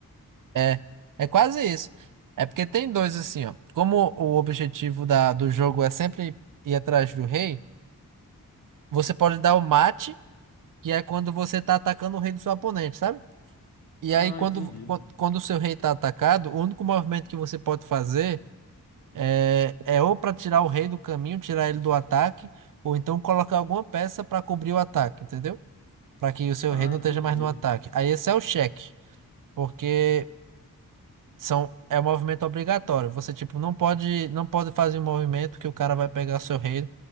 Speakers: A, on the right (about 60°); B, on the left (about 80°).
A: É, é quase isso. É porque tem dois assim, ó. Como o objetivo da, do jogo é sempre ir atrás do rei, você pode dar o mate, que é quando você tá atacando o rei do seu oponente, sabe? E
B: Ah,
A: aí, quando,
B: entendi.
A: quan- quando o seu rei tá atacado, o único movimento que você pode fazer é, é ou para tirar o rei do caminho, tirar ele do ataque, ou então colocar alguma peça para cobrir o ataque, entendeu? Para que o seu
B: Ah,
A: rei não
B: entendi.
A: esteja mais no ataque. Aí esse é o cheque, porque São, é um movimento obrigatório. Você, tipo, não pode, não pode fazer um movimento que o cara vai pegar seu rei